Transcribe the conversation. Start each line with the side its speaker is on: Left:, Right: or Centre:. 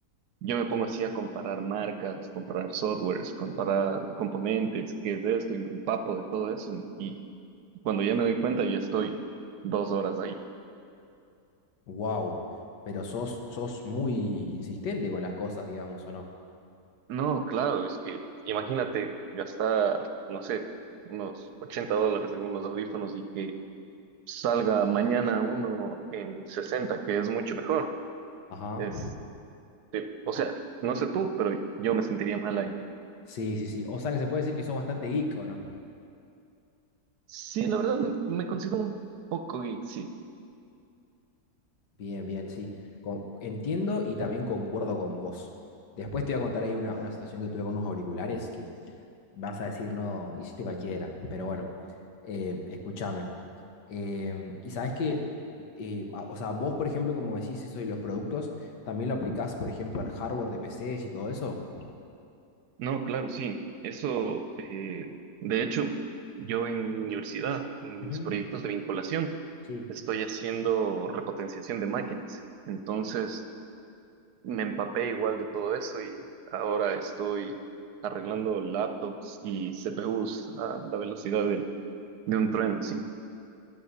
Right: yo me pongo así a comparar marcas, comparar softwares, comparar componentes, qué es esto, y me empapo de todo eso y cuando ya me doy cuenta ya estoy dos horas ahí.
Left: Wow. Pero sos, sos muy insistente con las cosas, digamos, ¿o no?
Right: No, claro, es que imagínate gastar, no sé, unos 80 dólares en unos audífonos y que salga mañana uno en 60 que es mucho mejor.
Left: Ajá.
Right: Es, eh, o sea, no sé tú, pero yo me sentiría mal ahí.
Left: Sí, sí, sí. O sea que se puede decir que sos bastante geek, ¿o no?
Right: Sí, la verdad me considero un poco geek, sí.
Left: Bien, bien, sí. Con- entiendo y también concuerdo con vos. Después te voy a contar ahí una, una situación que tuve con unos auriculares que vas a decir, no, hiciste cualquiera. Pero bueno, eh, escúchame. Eh, y sabes que, eh, a- o sea, vos, por ejemplo, como me decís eso de los productos, también lo aplicás, por ejemplo, al hardware de PCs y todo eso.
Right: No, claro, sí. Eso, eh, de hecho, yo en mi universidad, en
Left: Ujú,
Right: mis proyectos de vinculación,
Left: Sí.
Right: estoy haciendo repotenciación de máquinas. Entonces, me empapé igual de todo eso y ahora estoy arreglando laptops y CPUs a la velocidad del De un trueno, sí.